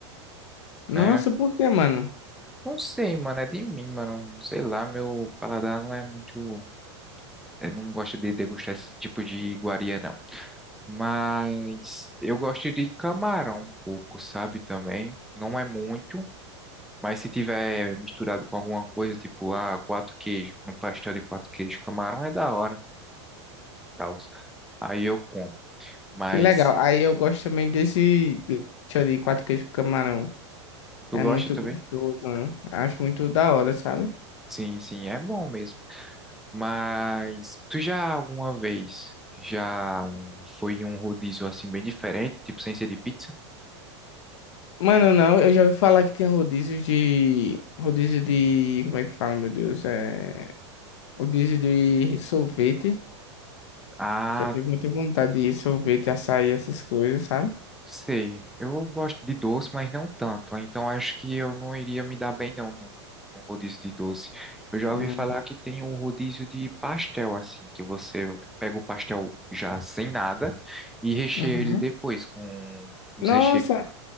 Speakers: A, on the left (about 70°); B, in the centre.
A: Nossa,
B: né?
A: por que mano?
B: Não sei, mano, é de mim, mano. Sei lá, meu paladar não é muito. Eu não gosto de degustar esse tipo de iguaria, não. Mas eu gosto de camarão um pouco, sabe? Também. Não é muito, mas se tiver misturado com alguma coisa, tipo, ah, quatro queijos, um pastel de quatro queijos, camarão é da hora, tal. Aí eu como. Mas
A: Que legal. Aí eu gosto também desse lanche de quatro queijos com camarão.
B: tu
A: É
B: gosta
A: muito
B: também?
A: gostoso, mano. Acho muito da hora, sabe?
B: Sim, sim, é bom mesmo. Mas tu já alguma vez já foi em um rodízio assim bem diferente, tipo sem ser de pizza?
A: Mano, não, eu já ouvi falar que tem rodízios de. Rodízio de. Como é que fala, meu Deus? É. rodízio de sorvete.
B: Ah,
A: Já tive muita vontade de sorvete, açaí, essas coisas, sabe?
B: sei. Eu gosto de doce, mas não tanto. Então acho que eu não iria me dar bem não num num rodízio de doce. Eu já
A: Hum.
B: ouvi falar que tem um rodízio de pastel assim, que você pega o pastel já sem nada e recheia
A: Uhum.
B: ele depois com os
A: Nossa,
B: recheios que tem.